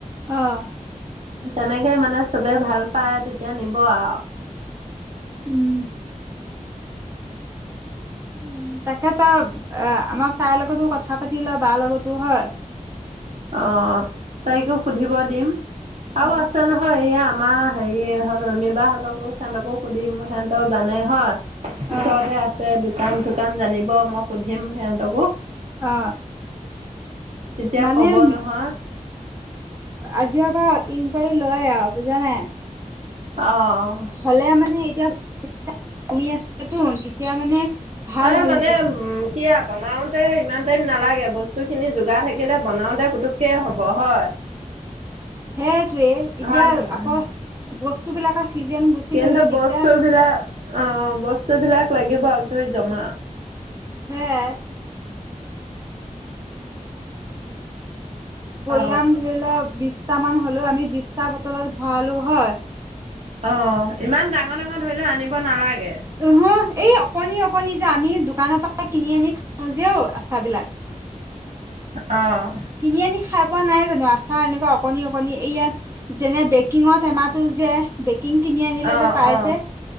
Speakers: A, on the right (about 20°); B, on the right (about 55°).
A: অঁ।
B: তেনেকে মানে চবে ভাল পায় তেতিয়া নিব আৰু।
A: উম। উম তাকেতো, এ আমাক তাইৰ লগতো কথা পাতি ল, বাৰ লগতো হয়।
B: অঁ, তাইকো সুধিব দিম আৰু
A: অ
B: আছে নহয় এয়া আমাৰ হেৰিহত ৰোমি বা সিহঁতকো সিহঁতকো সুধিম সিহঁতক জানে হয়। পিছৰতে
A: অ
B: আছে দোকান - চোকান জানিব মই সুধিম সিহঁতকো।
A: অ।
B: তেতিয়া
A: মানে
B: ক'ব
A: <unintelligible>
B: নহয়
A: আজিৰ পৰা ইনকুৱাৰী লয় আৰু বুজা নাই।
B: অ অ।
A: হলে মানে এতিয়া কমি আছে তো তেতিয়া মানে ভাল
B: এই
A: হ'লহেঁতেন
B: মানে উম সেয়া বনাওঁতে ইমান টাইম নালাগে বস্তুখিনি যোগাৰ থাকিলে বনাওঁতে পুটুককৈ হ'ব হয়। <unintelligible>
A: সেইটোৱে এতিয়া
B: হয় নহয় নহয়।
A: আকৌ বস্তুবিলাকৰ চিজন গুচি
B: কিন্তু
A: গলে দিগদাৰ
B: বস্তু
A: হ'ল।
B: বিলাক অ বস্তু বিলাক লাগিব ধৰি জমা
A: হে। বৈয়াম
B: অ।
A: ধৰিলা বি পাঁচটামান হ'লেও আমি বিশটা বটলত ভৰালোঁ হয়।
B: অ' ইমান ডাঙৰ ডাঙৰ ধৰি লও আনিব নালাগে।
A: অহ এই অকণনি অকণনি যে আমি দোকানৰ পৰা কিনি আনি খাওঁ যেঔ আচাৰ বিলাক
B: অ',
A: কিনি আনি খাই পোৱা নাই জানো আচাৰ এনেকুৱা অকণি অকণি এইয়া যেনে বেকিঙত টেমাহটো যে বেকিং কিনি আনিলে
B: অ
A: যে পাই
B: অ
A: যে